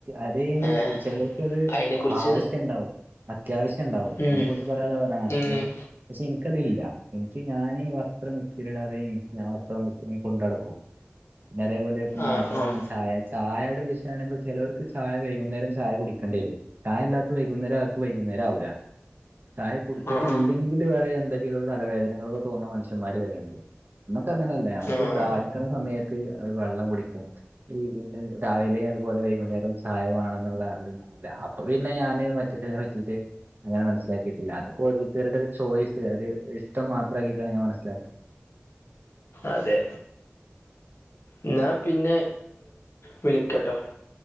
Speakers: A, on the right; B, on the left.
A: അതെ
B: ഏഹ്
A: ചിലർക്കത്
B: അയിനെ കുറിച്ച്
A: ആവശ്യണ്ടാവും അത്യാവശ്യം ഉണ്ടാവും
B: ഉം
A: അതിനെ കുറിച്ച് പറയുള്ളതാണ് അത്യാവശ്യം
B: ഉം
A: പക്ഷെ ഇന്ക്കതില്ല എനിക്ക് ഞാന് വസ്ത്രം ഇസ്തിരിടാതെ ഞാൻ വസ്ത്രം കൊണ്ട് നടക്കും പിന്നെതേപോലെ നേത്തെ
B: ആഹ്
A: പറഞ്ഞ
B: ആഹ്
A: ചായ ചായയുടെഷം ണ ചിലവർക്ക് ചായ വൈകുന്നേരം ചായ കുടിക്കേി വരും ചായ ഇല്ലാത്ത വൈകുന്നേരം അവർക്ക് വൈകുന്നേരം ആവില്ല ചായ കുടിച്ചിട്ടില്ലെങ്കിൽ
B: ആഹ്
A: വരെ എന്തൊക്കെയ തലവേദനകൾ ഒക്കെ തോന്നുന്ന മനുഷ്യന്മാര് വരെ ഉണ്ട് നമുക്ക അങ്ങനെയല്ലേ നമുക്ക്
B: ആഹ്
A: ദാ ഹികണ സമയത്ത് അത് വെള്ളം കുടിക്കും പിന്നെ രാവില അതേപോലെ വൈകുന്നേരവും ചായ വേണംന്നുള്ളതല്ല അപ്പൊ പിന്നെ ഞാന് മറ്റതിനെ പറ്റിട്ട് അഞാൻ മനസിലാക്കിയിട്ടില്ല അതൊക്കെ ഒരോരുത്തരുടെ ഒരു ചോയ്സ് ഒരു ഇഷ്ടം മാത്രമാക്കിയിട്ടാണ് ഞാൻ മനസ്സിലാക്കുന്നത്
B: അതെ എന്നാ പിന്നെ വിളിക്കട്ടോ